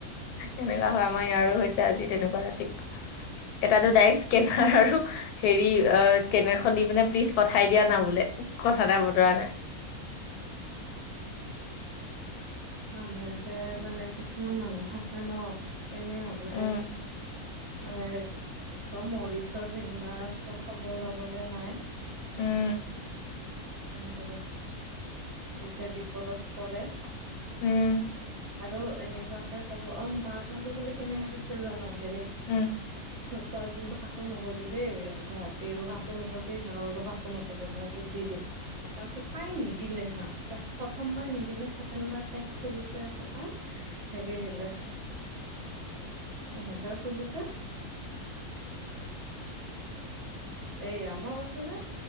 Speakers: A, on the left; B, on the right.
A: এনেকা হয়, আমাৰ ইয়াৰো হৈছে আজি তেনেকুৱা ৰাতিপুৱা। এটাতো ডাইৰেক্ট স্কেনাৰ আৰু হেৰি অ', স্কেনাৰখন দি পিনে প্লিজ পঠাই দিয়া না বোলে, কথা নাই বতৰা নাই।
B: মানুহে যে মানে কিছুমান মানুহ থাকে ন! এনেই হ'লে
A: উম
B: এ তই মৰিচ, জিন্দা আছ, খবৰ ল'বলে নাই।
A: উম্।
B: কিন্তু যেতিয়া বিপদত পৰে।
A: উম্।
B: আৰু এনেকুৱাকে ক'ব, অ' বাক আৰু বোলে কেনেকে কৈছিল জান' হেৰি'।
A: উম্।
B: তই কিন্তু কাকো নকবি দেই, গুৱাহাটীৰো কাকো নকবি। গাঁৱৰো কাকো নকবি, মই তোক দি দিম। তাৰপিছত তাই নিদিলে হা। প্ৰথমবাৰ নিদিলে, ছেকেণ্ড বাৰ তাইক খোজোতে অ', তাই হেৰি দিলে, এহেজাৰ খোজোতে- এয়া মই কৈছো না,